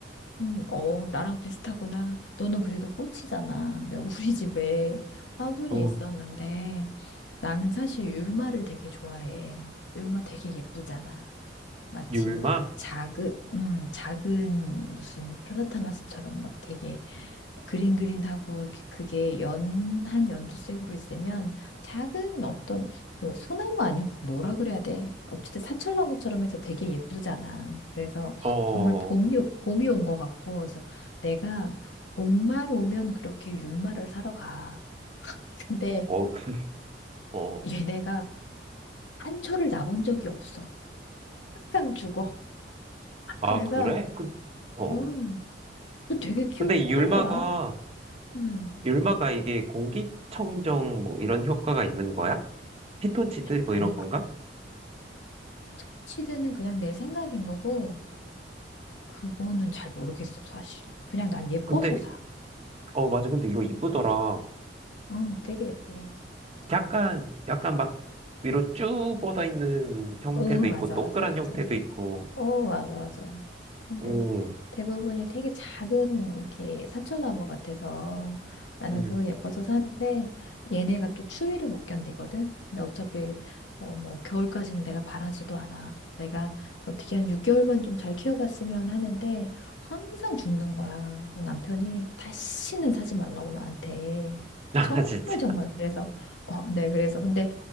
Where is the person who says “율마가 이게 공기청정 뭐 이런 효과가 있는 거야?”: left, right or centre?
Right